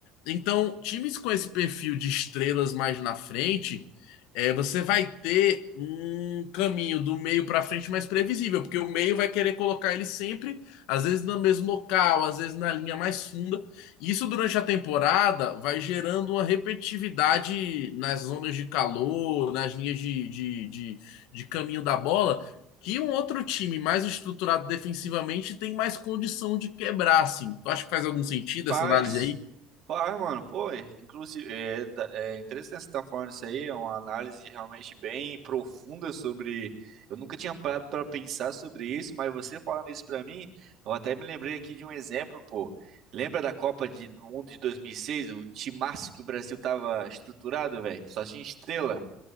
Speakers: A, on the left (about 80°); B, on the right (about 50°).
A: Então, times com esse perfil de estrelas mais na frente, é, você vai ter um caminho do meio para frente mais previsível, porque o meio vai querer colocar ele sempre, às vezes no mesmo local, às vezes na linha mais funda isso durante a temporada vai gerando uma repetitividade nas zonas de calor, nas linhas de, de, de, de caminho da bola, que um outro time mais estruturado defensivamente tem mais condição de quebrar, assim. Tu acha que faz algum sentido
B: Paz,
A: essa análise aí?
B: paz, mano, pô, é, inclusive, é, da- é interessante você estar falando isso aí, é uma análise realmente bem profunda sobre, eu nunca tinha parado para pensar sobre isso, mas você falando isso pra mim, eu até me lembrei aqui de um exemplo, pô, lembra da Copa de- do Mundo de 2006? o timaço que o Brasil tava estruturado, velho, só tinha estrela,